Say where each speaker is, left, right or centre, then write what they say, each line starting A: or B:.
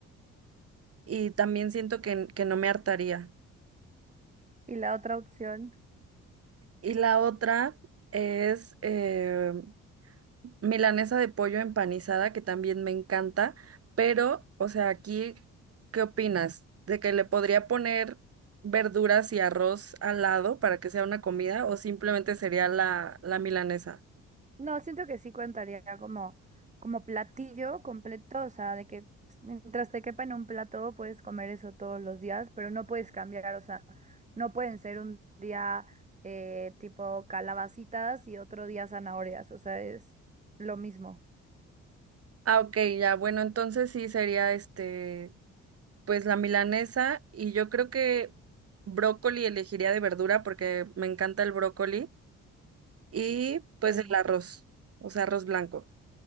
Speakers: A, on the right (about 50°); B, on the right (about 25°).
A: y también siento que, que no me hartaría.
B: Y la otra opción.
A: Y la otra es eh, Milanesa de pollo empanizada, que también me encanta, pero, o sea, aquí, ¿qué opinas? ¿De que le podría poner verduras y arroz al lado para que sea una comida o simplemente sería la, la milanesa?
B: No, siento que sí contaría como, como platillo completo, o sea, de que mientras te quepa en un plato puedes comer eso todos los días, pero no puedes cambiar, o sea, no pueden ser un día eh, tipo calabacitas y otro día zanahorias, o sea, es lo mismo.
A: Ah, ok, ya, bueno, entonces sí sería este, pues la milanesa y yo creo que brócoli elegiría de verdura porque me encanta el brócoli y pues
B: Es
A: el
B: de
A: arroz, o sea, arroz blanco.